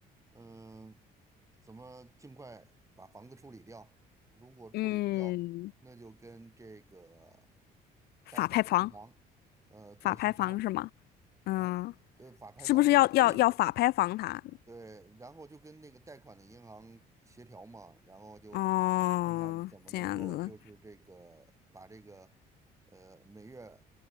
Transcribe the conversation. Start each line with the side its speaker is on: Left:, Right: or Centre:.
Right: 嗯、怎么尽快把房子处理掉？如果处理不掉，
Left: 嗯，
Right: 那就跟这个
Left: 法拍房，
Right: 贷款银行，呃，做协商
Left: 法拍房是吗？嗯，
Right: 啊，这法拍房那是最后一步。
Left: 是不是要要要法拍房它？
Right: 对，然后就跟那个贷款的银行协调嘛，然后就
Left: 哦，
Right: 看看怎么能够就是这个把这个
Left: 这样子，
Right: 呃每月